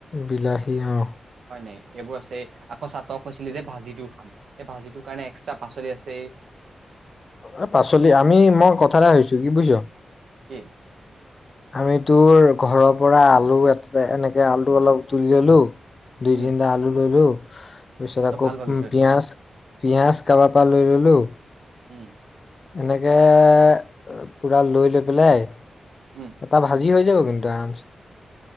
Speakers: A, on the left; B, on the right.
A: বিলাহী আৰু
B: হয় নাই এইবোৰ আছে আকৌ চাতুৱা খোৱাইছিল যে ভাজিটোও খাম। সেই ভাজিটোৰ কাৰণে এক্সট্ৰা পাচলি আছে।
A: অ', পাচলি আমি মই কথা এটা সুধিছোঁ কি বুজিছ?
B: কি‌?
A: আমি তোৰ ঘৰৰ পৰা আলু এ এনেকে আলুটো অলপ তুলি ললো। দুই
B: উম
A: তিনিটা আলু ললো তাৰ পিছত
B: তই
A: আকৌ
B: ভাল ভাবিছ এইটো
A: পিয়াজ পিঁয়াজ কাৰোবাৰ পৰা লৈ ল'লোঁ।
B: উম
A: এনেকে পুৰা লৈ লৈ পেলায়।
B: উম।
A: এটা ভাজি হৈ যাব কিন্তু আৰামছে।